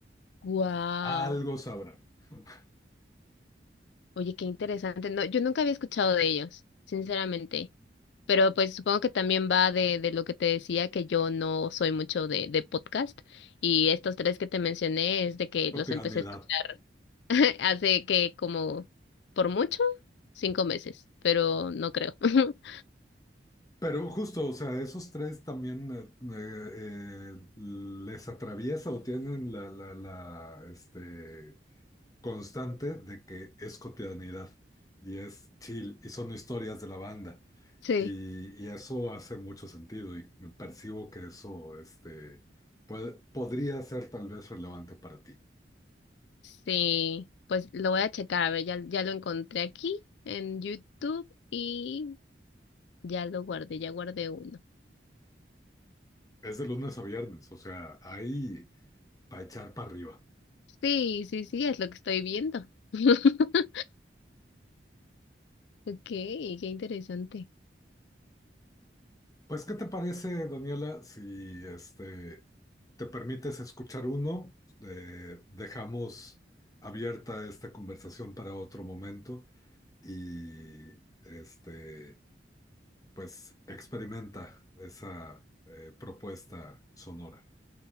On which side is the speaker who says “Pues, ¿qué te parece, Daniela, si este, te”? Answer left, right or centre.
Left